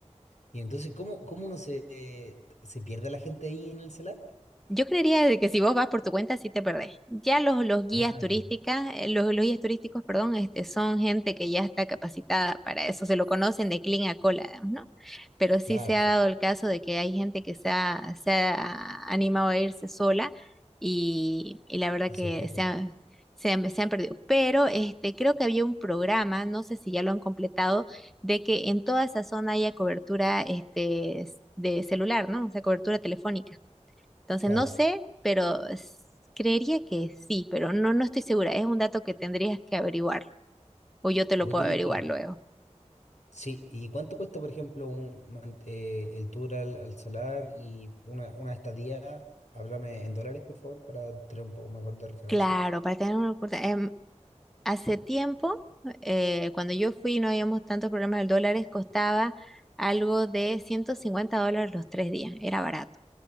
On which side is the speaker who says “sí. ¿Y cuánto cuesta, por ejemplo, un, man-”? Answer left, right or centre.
Left